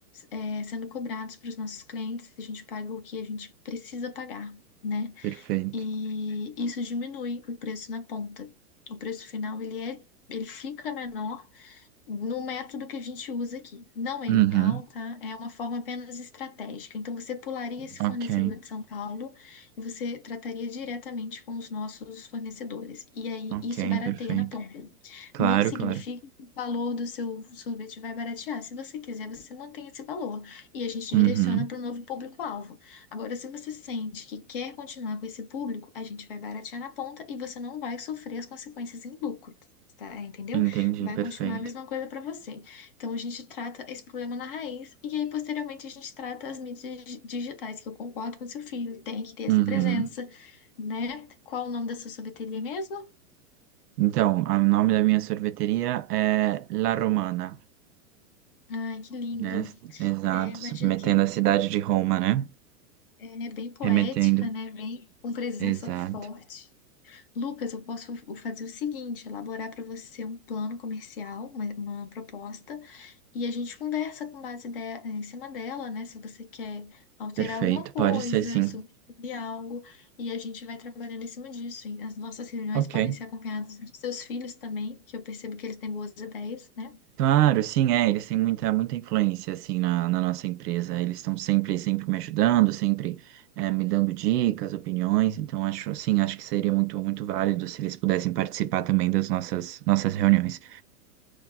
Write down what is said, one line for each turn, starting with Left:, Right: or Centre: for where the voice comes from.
Left: é, sendo cobrados para os nossos clientes. A gente paga o que a gente precisa pagar, né?
Right: perfeito.
Left: e isso diminui o preço na ponta. O preço final ele é, ele fica menor no método que a gente usa aqui. Não é
Right: Uhum,
Left: ilegal, tá? É uma forma apenas estratégica. Então, você pularia esse
Right: ok,
Left: fornecedor de São Paulo e você trataria diretamente com os nossos fornecedores. E aí,
Right: ok,
Left: isso barateia
Right: perfeito.
Left: na ponta.
Right: Claro,
Left: Não significa
Right: claro.
Left: que o valor do seu sorvete vai baratear. Se você quiser, você mantém esse valor e a gente
Right: Uhum,
Left: direciona para o novo público-alvo. Agora, se você sente que quer continuar com esse público, a gente vai baratear na ponta e você não vai sofrer as consequências em lucro, tá? Entendeu?
Right: entendi,
Left: Vai
Right: perfeito.
Left: continuar a mesma coisa para você. Então, a gente trata esse problema na raiz, e aí, posteriormente, a gente trata as mídias dig- digitais, que eu concordo com seu filho, tem que ter essa
Right: Uhum.
Left: presença, né? Qual o nome da sua sorveteria mesmo?
Right: Então, o nome da minha sorveteria é La Romana,
Left: Ai, que lindo.
Right: né? Exato,
Left: É, imagino
Right: submetendo
Left: que
Right: a cidade de Roma, né?
Left: é é bem poética,
Right: Remetendo.
Left: né? Bem com presença
Right: Exato.
Left: forte. Lucas, eu posso fazer o seguinte: elaborar para você um plano comercial, uma uma proposta. E a gente conversa com base de- eh, em cima dela, né? Se você quer alterar
Right: Perfeito,
Left: alguma coisa,
Right: pode ser sim.
Left: substituir algo, e a gente vai trabalhando em cima disso. E as nossas reuniões
Right: Ok.
Left: podem ser acompanhadas dos seus filhos também, que eu percebo que eles têm boas ideias, né?
Right: Claro, sim, é, eles têm muita, muita influência, assim, na, na nossa empresa. Eles estão sempre, sempre me ajudando, sempre é, me dando dicas, opiniões. Então, acho, assim, acho que seria muito, muito válido se eles pudessem participar também das nossas, nossas reuniões.